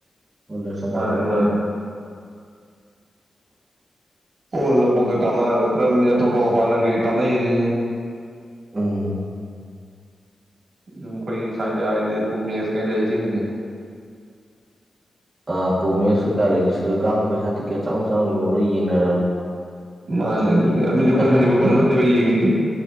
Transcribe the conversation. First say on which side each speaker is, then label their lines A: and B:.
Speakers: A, on the right; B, on the right.
A: ꯃꯗ ꯁꯪꯉ
B: ꯃꯥꯅꯦ
A: ꯐꯂꯝ
B: ꯃꯥꯅꯦ
A: ꯌꯨꯝ
B: ꯍꯣ ꯂꯕꯨꯨꯛꯇ ꯀꯥꯃꯔꯛꯇ꯭ꯔꯕꯅꯤ ꯑꯇꯣꯞꯄ ꯃ ꯄꯥꯏꯂꯝꯪꯒꯩ ꯀꯥꯅꯩꯅꯤ
A: ꯎꯝ
B: ꯁꯨꯝ ꯑꯩꯈꯣꯏꯒꯤ ꯁ꯭ꯋꯥꯏꯗ ꯍꯥꯏꯗꯤ ꯀꯨꯃꯦꯁ ꯀꯩꯅ ꯂꯩꯁꯤꯡꯁꯦ
A: ꯑ ꯀꯣꯡꯣꯒꯦꯁ ꯁꯔꯀꯥ ꯂꯩꯖꯦ ꯁꯤꯗ ꯀꯥꯞꯄ ꯄꯩꯁꯥ ꯇꯤꯀꯦꯠ ꯆꯉ ꯆꯝ ꯌ ꯂ ꯌꯦꯡꯅꯔꯕꯅꯤ
B: ꯃꯥꯅꯦ ꯑꯗꯨꯅꯦ ꯑꯗꯨꯁꯨ ꯑꯩꯈꯣꯏ
A: ꯐꯦꯁꯟ
B: ꯃꯅꯤꯄꯨꯔ
A: ꯑꯣꯏꯅ
B: ꯐꯗ ꯅꯠꯇꯦꯕ ꯌꯦꯡꯉꯁꯦ